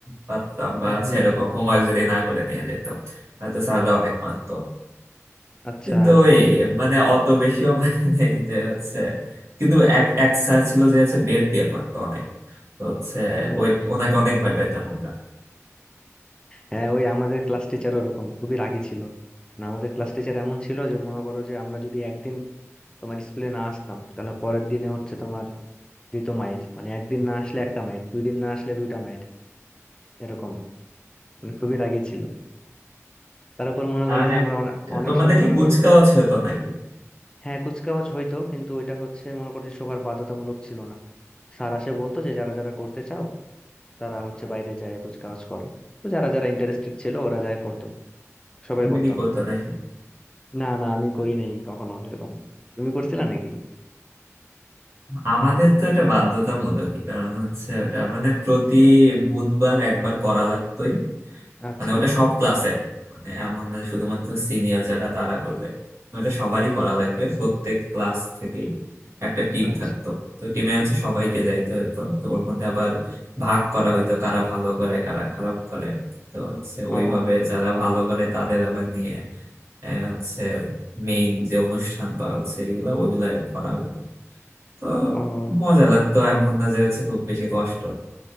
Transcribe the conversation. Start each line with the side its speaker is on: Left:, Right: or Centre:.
Right: পারতাম বা
Left: হুম
Right: সেরকম হোমওয়ার্ক যদি না করে নিয়ে যেতাম হয়তো স্যাররা অনেক মারতো
Left: আচ্ছা
Right: কিন্তু ওই মানে অত বেশিও <laughs> মানে নেই যে হচ্ছে কিন্তু এক এক স্যার ছিল যে হচ্ছে বেত দিয়ে মারতো অনেক তো হচ্ছে
Left: হুম
Right: ওই ওনাকে অনেক ভয় পেতাম আমরা
Left: হ্যাঁ ওই আমাদের ক্লাস টিচার ওরকম খুবই রাগী ছিল মানে আমাদের ক্লাস টিচার এমন ছিল যে মনে করো যে আমরা যদি একদিন তোমার স্কুলে না আসলাম তাহলে পরের দিনে হচ্ছে তোমার দ্বিতীয় মাইর মানে একদিন না আসলে একটা মাইর দুই দিন না আসলে দুইটা মাইর এরকম মানে খুবই রাগী ছিল তার উপর মনে করে
Right: আর
Left: যে
Right: এক
Left: আমরা অনে- অনেক
Right: তোমাদের
Left: সময়
Right: কি
Left: মনে
Right: কুচকাওয়াজ
Left: করে যে
Right: হতো নাকি
Left: হ্যাঁ কুচকাওয়াজ হইতো কিন্তু ওইটা হচ্ছে মনে করো যে সবার বাধ্যতামূলক ছিল না স্যার আসে বলতো যে যারা যারা করতে চাও তারা হচ্ছে বাইরে যায় কুচকাওয়াজ করে তো যারা যারা ইন্টারেস্টেড ছিল ওরা যায় করতো সবাই
Right: তুমি
Left: করতো
Right: কি করতো
Left: না
Right: নাকি
Left: না না আমি করি নাই কখনো এরকম তুমি করছিলা নাকি
Right: আমাদের তো এটা বাধ্যতামূলকই কারণ হচ্ছে ওটা মানে প্রতি বুধবার একবার করা লাগতোই
Left: আচ্ছা
Right: মানে ওটা সব ক্লাসের মানে এমন না শুধুমাত্র সিনিয়র যারা তারা করবে ওটা সবারই করা লাগবে প্রত্যেক ক্লাস থেকেই একটা টিম
Left: আচ্ছা
Right: থাকতো তো টিমে হচ্ছে সবাইকে যাইতে হতো তো ওর মধ্যে আবার ভাগ করা হইতো কারা ভালো করে কারা খারাপ করে তো হচ্ছে
Left: ও
Right: ওইভাবে যারা ভালো করে তাদের আবার নিয়ে আহ, হচ্ছে মেইন যে অনুষ্ঠান বা হচ্ছে এগুলা ওইগুলা করা হতো তো
Left: ও
Right: মজা লাগতো এমন না যে হচ্ছে খুব বেশি কষ্ট